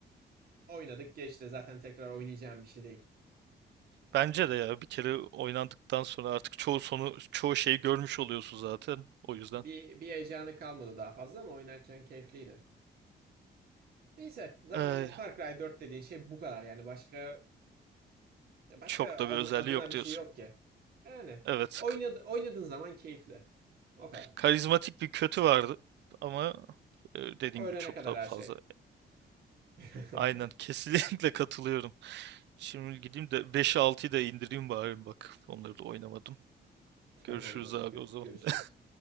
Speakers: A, on the right (about 60°); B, on the right (about 80°).
A: Oynadık geçti. Zaten tekrar oynayacağım bir şey değil.
B: Bence de ya bir kere oynandıktan sonra artık çoğu sonu çoğu şeyi görmüş oluyorsun zaten. O yüzden
A: Bir, bir heyecanı kalmadı daha fazla ama oynarken keyifliydi. Neyse zaten
B: eh,
A: bu Far Cry 4 dediğin şey bu kadar yani başka Ya Başka
B: çok da
A: adın-
B: bir özelliği
A: adına
B: yok
A: bir
B: diyorsun.
A: şey yok ki. Yani
B: Evet,
A: oynadı, oynadığın zaman keyifli. O kadar.
B: Karizmatik bir kötü vardı ama e, dediğin
A: Öğlene
B: gibi çok
A: kadar
B: da
A: her
B: fazla.
A: şey. <laughs>
B: Aynen kesinlikle <laughs> katılıyorum. Şimdi gideyim de 5'i 6'yı da indireyim bari bak. Onları da oynamadım. Görüşürüz
A: Tamamdır.
B: abi
A: Gö-
B: o zaman.
A: görüşürüz.